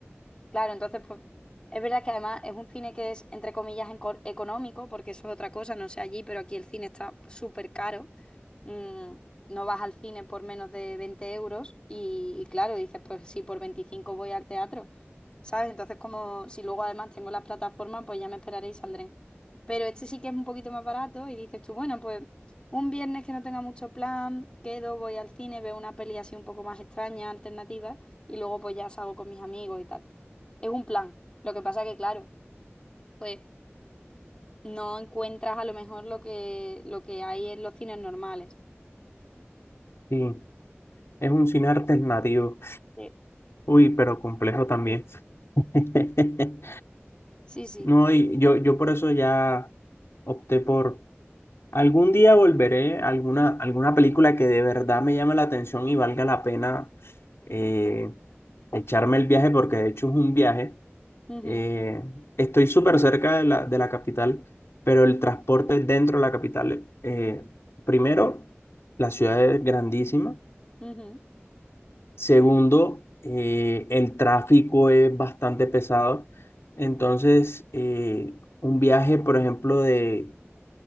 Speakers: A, on the left; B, on the left.
A: claro, entonces pues es verdad que además es un cine que es entre comillas enco- económico, porque eso es otra cosa, no sé allí, pero aquí el cine está súper caro mm, no vas al cine por menos de 20 euros y, y claro, dices, pues sí, por 25 voy al teatro, ¿sabes? Entonces, como si luego además tengo las plataformas, pues ya me esperaré y saldré. Pero este sí que es un poquito más barato y dices tú, bueno, pues un viernes que no tenga mucho plan, quedo, voy al cine, veo una peli así un poco más extraña, alternativa, y luego pues ya salgo con mis amigos y tal. Es un plan. Lo que pasa que, claro, pues no encuentras a lo mejor lo que, lo que hay en los cines normales.
B: sí, es un cine alternativo.
A: Sí,
B: Uy, pero complejo también. <laughs>
A: sí. sí.
B: No, y yo, yo por eso ya opté por algún día volveré a alguna, alguna película que de verdad me llame la atención y valga la pena eh, echarme el viaje, porque de hecho es un viaje.
A: Ujú,
B: Eh, estoy súper cerca de la, de la capital, pero el transporte dentro de la capital, eh, primero, la ciudad es grandísima.
A: ujú,
B: Segundo, eh, el tráfico es bastante pesado. Entonces, eh, un viaje, por ejemplo, de,